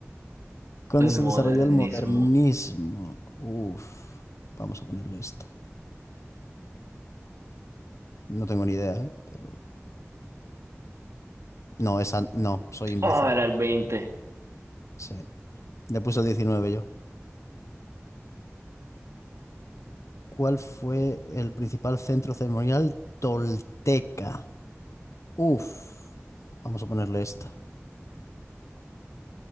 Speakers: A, on the left; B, on the right.
A: ¿Cuándo
B: El
A: se
B: modernismo.
A: desarrolló el modernismo? Uf, vamos a ponerle esta. No tengo ni idea, ¿eh? Pero... No, esa... No, soy imbécil.
B: Oh, era el 20.
A: Sí. Le puse el 19 yo. ¿Cuál fue el principal centro ceremonial tolteca? Uf, vamos a ponerle esta.